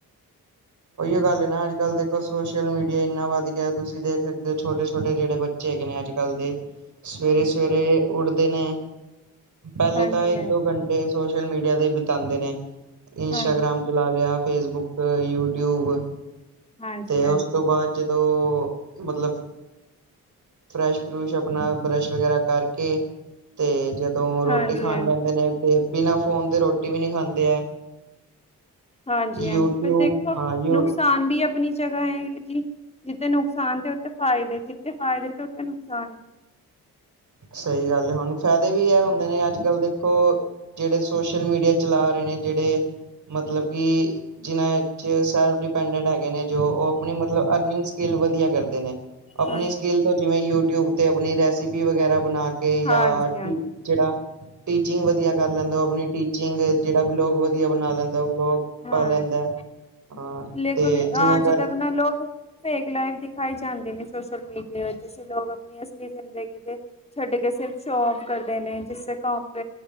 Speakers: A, on the right (about 55°); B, on the left (about 15°).
A: ਉਹੀ ਗੱਲ ਹੈ ਨਾ ਅੱਜ ਕੱਲ੍ਹ ਦੇਖੋ ਸੋਸ਼ਲ ਮੀਡੀਆ ਇੰਨਾ ਵਧ ਗਿਆ ਤੁਸੀਂ ਦੇਖ ਸਕਦੇ ਹੋ ਛੋਟੇ ਛੋਟੇ ਜਿਹੜੇ ਬੱਚੇ ਬੱਚੇ ਹੈਗੇ ਨੇ ਅੱਜ ਕੱਲ੍ਹ ਦੇ ਸਵੇਰੇ
B: ਹਾਂਜੀ
A: ਸਵੇਰੇ ਉੱਠਦੇ ਨੇ ਪਹਿਲੇ
B: ਹਾਂਜੀ
A: ਤਾਂ ਇੱਕ
B: ਹਾਂਜੀ
A: ਦੋ ਘੰਟੇ ਸੋਸ਼ਲ ਮੀਡੀਆ ਤੇ ਬਿਤਾਉਂਦੇ ਨੇ ਇੰਸਟਾਗ੍ਰਾਮ
B: ਹਾਂਜੀ
A: ਚਲਾ ਲਿਆ ਫੇਸਬੁੱਕ ਯੂਬ ਟਿਊਬ
B: ਹਾਂਜੀ
A: ਤੇ
B: ਹਾਂਜੀ ਹਾਂਜੀ
A: ਉਸ ਤੋਂ
B: ਹਾਂਜੀ
A: ਬਾਅਦ ਜਦੋਂ ਮਤਲਬ ਫਰੈਸ਼ ਫਰੂਸ਼ ਆਪਣਾ ਬਰੱਸ਼ ਵਗੈਰਾ ਕਰਕੇ ਤੇ ਜਦੋਂ ਰੋਟੀ
B: ਹਾਂਜੀ
A: ਖਾਣ ਬੈਦੇ ਨੇ ਤੇ ਬਿਨਾਂ ਫੋਨ ਤੇ ਰੋਟੀ ਵੀ ਨਹੀਂ ਖਾਂਦੇ ਹੈ
B: ਹਾਂਜੀ ਹਾਂਜੀ
A: ਯੂਟਿਊਬ
B: ਪਰ ਦੇਖੋ
A: ਹਾਂ ਯੂ
B: ਨੁਕਸਾਨ ਵੀ ਆਪਣੀ ਜਗ੍ਹਾ ਹੈ ਜੀ ਜਿੱਥੇ ਨੁਕਸਾਨ ਤੇ ਉਤੇ ਫਾਇਦੇ ਜਿੱਥੇ ਫ਼ਾਇਦੇ ਤੇ ਉਤੇ ਨੁਕਸਾਨ ਹੈ
A: ਸਹੀ ਗੱਲ ਹੁਣ ਫਾਇਦੇ ਵੀ ਇਹ
B: ਹਾਂ
A: ਹੁੰਦੇ ਨੇ ਅੱਜ ਕੱਲ੍ਹ ਦੇ ਉਹ ਜਿਹੜੇ ਸੋਸ਼ਲ ਮੀਡੀਆ ਚਲਾ ਰਹੇ ਨੇ ਜਿਹੜੇ ਮਤਲਬ ਕਿ ਜਿਨ੍ਹਾਂ ਚ ਸੈਲਫ ਡਿਪੈਂਡੈਂਟ ਹੈਗੇ ਨੇ ਜੋ ਉਹ ਆਪਣੀ ਮਤਲਬ ਅਰਨਿੰਗ ਸਕਿੱਲ ਵਧੀਆ ਕਰਦੇ ਨੇ ਆਪਣੀ
B: ਹਾਂਜੀ
A: ਸਕਿਲ ਤੋਂ ਜਿਵੇਂ ਯੂਟਿਊਬ ਤੇ ਆਪਣੀ ਰੈਸਿਪੀ ਵਗੈਰਾ ਬਣਾ ਕੇ ਜਾਂ
B: ਹਾਂਜੀ
A: ਜਿਹੜਾ ਟੀਚਿੰਗ ਵਧੀਆ ਕਰ ਲੈਂਦਾ ਆਪਣੀ ਟੀਚਿੰਗ ਜਿਹੜਾ ਵੀ ਵਿਲੋਗ ਵਧੀਆ ਬਣਾ ਲੈਂਦਾ ਉਹ ਵਿਲੋਗ
B: ਹਾਂਜੀ
A: ਪਾ ਲੈਂਦਾ ਹਾਂ
B: ਲੇਕਿਨ
A: ਤੇ ਜਿਹਨਾਂ
B: ਆਜ
A: ਕਰਕੇ
B: ਤੱਕ ਲੋਕ ਫੇਕ ਲਾਈਵ ਦਿਖਾਈ ਜਾਂਦੇ ਨੇ ਸੋਸ਼ਲ ਮੀਡੀਆ ਵਿੱਚ ਲੋਕ ਆਪਣੀ ਅਸਲੀ ਜ਼ਿੰਦਗੀ ਦੇ ਛੱਡ ਕੇ ਸਿਰਫ ਸ਼ੋ- ਆਫ ਕਰਦੇ ਨੇ ਜਿਸੇ ਕਪ